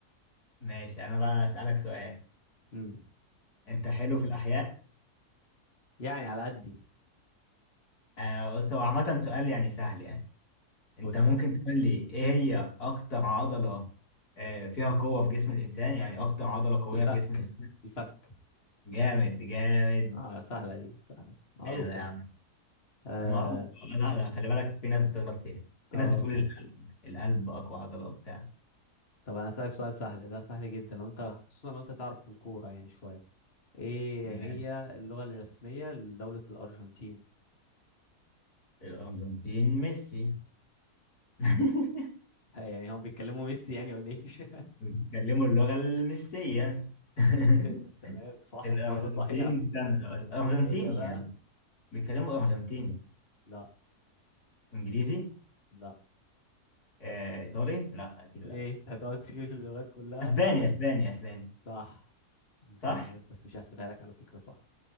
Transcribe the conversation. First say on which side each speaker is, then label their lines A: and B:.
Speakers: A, on the left (about 70°); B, on the left (about 40°).
A: ماشي انا بقى اسألك سؤال
B: امم
A: انت حلو في الاحياء
B: يعني على قدي
A: آه بص هو عامة سؤال يعني سهل يعني انت
B: قول
A: ممكن
B: لي
A: تقول لي ايه هي اكتر عضلة آه، فيها قوة في جسم الانسان يعني اكتر عضلة قوية
B: الفك
A: في جسم الانسان
B: الفك
A: جامد جامد
B: اه سهلة دي سهلة معروفة
A: حلو يا عم
B: اه
A: ما- لا لا خلي بالك في ناس بتغلط فيها في
B: آه.
A: ناس بتقول القلب القلب اقوى عضلة وبتاع
B: طب انا اسالك سؤال سهل ده سهل جدا لو انت خصوصا لو انت تعرف في الكوره يعني شويه ايه
A: ماشي
B: هي اللغه الرسميه لدوله الارجنتين
A: الارجنتين ميسي <laughs>
B: <laughs> ها، يعني هم بيتكلموا ميسي يعني ولا ايه <laughs>
A: بيتكلموا اللغة الميسية <laughs>
B: البيسيتا. تمام صح
A: الارجنتين
B: اجابه صحيحه
A: استنى الارجنتيني
B: اللي هي بقى
A: يعني بيتكلموا ارجنتيني
B: لا
A: انجليزي
B: لا
A: آه، ايطالي لا اكيد لا
B: ايه أنت هتقعد تجيب اللغات كلها
A: اسباني اسباني اسباني
B: صح اسباني
A: صح
B: بس مش هحسبها لك على فكره صح